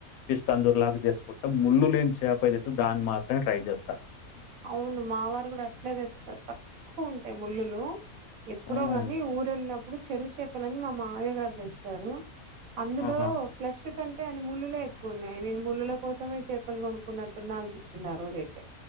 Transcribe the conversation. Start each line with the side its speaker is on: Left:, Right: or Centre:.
Left: పీస్ తందురీ లాగా చేసుకుంటా ముళ్ళు లేన్ చేప ఐతే దాన్ని మాత్రమే ట్రై చేస్త
Right: అవును మా వారు కూడా అట్లే తెస్తారు తక్కువ ఉంటాయి ముళ్ళులు ఎప్పుడో
Left: హ్మ్.
Right: కాని ఊరు వెళ్ళినప్పుడు చెరువు చేపలని మా మావయ్య గారు తెచ్చారు అందులో
Left: ఆహా!
Right: ఫ్లష్ కం టే ముళ్ళులే ఎక్కువ ఉన్నాయి మేము ముళ్ళుల కోసమే చెప్పలు కొనుక్కున్నట్టున్నా అనిపించింది ఆ రోజైతే